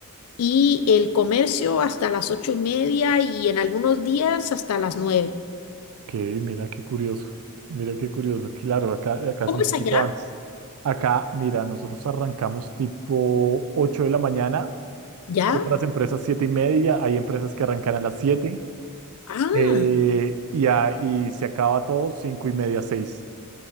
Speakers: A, on the left (about 90°); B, on the right (about 80°).
A: y el comercio hasta las 8 y media y en algunos días hasta las nueve
B: Ok, mira qué curioso, mira qué curioso, claro, acá, acá
A: ¿Cómo
B: es un
A: es
B: poquito
A: allá?
B: antes. Acá, mira, nosotros arrancamos tipo 8 de la mañana,
A: ¿Ya?
B: otras empresas 7 y media, hay empresas que arrancan a las 7
A: Ah,
B: eh, y, a- y se acaba todo cinco y media, seis